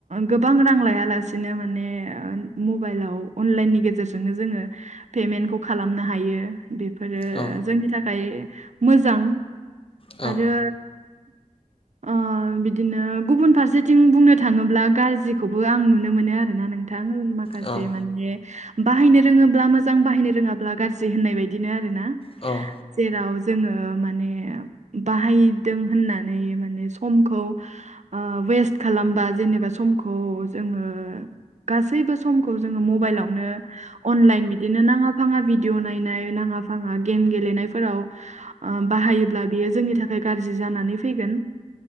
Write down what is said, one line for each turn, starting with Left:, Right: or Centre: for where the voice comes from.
Right: गोबां रां लायालासिनो माने मबाइलाव अनलाइननि गेजेरजोंनो जोङो पेमेन्टखौ खालामनो हायो बेफोरो
Left: औ
Right: जोंनि थाखाय मोजां।
Left: औ
Right: आरो ओ बिदिनो गुबुन फारसेथिं बुंनो थाङोब्ला गाज्रिखौबो आं नुनो मोनो आरोना नों थां <unintelligible> माखासे
Left: औ
Right: माने बाहायनो रोङोब्ला मोजां बाहायनो रोङाब्ला गाज्रि होननाय बायदिनो आरो ना।
Left: औ।
Right: जेराव जोङो माने बाहायदों होननानै माने समखौ ओ वेस्ट खालामबा जेनेबा समखौ जोङो गासैबो समखौ जोङो मबाइलावनो अनलाइन बिदिनो नाङा फाङा भिडिअ नायनाय नाङा फाङा गेम गेलेनायफोराव बाहायोब्ला बेयो जोंनि थाख खाय गाज्रि जानानै फैगोन।